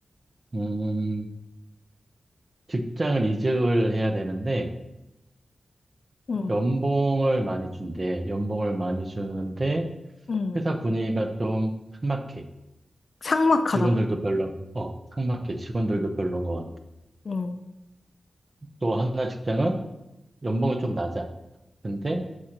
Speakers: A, on the right; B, on the left.
A: 음, 직장을 이직을 해야 되는데
B: 응,
A: 연봉을 많이 준대. 연봉을 많이 주는데
B: 응.
A: 회사 분위기가 좀 삭막해.
B: 삭막하다고.
A: 직원들도 별로, 어, 삭막해. 직원들도 별로인 것 같아.
B: 응.
A: 또 하나 직장은 연봉이 좀 낮아. 근데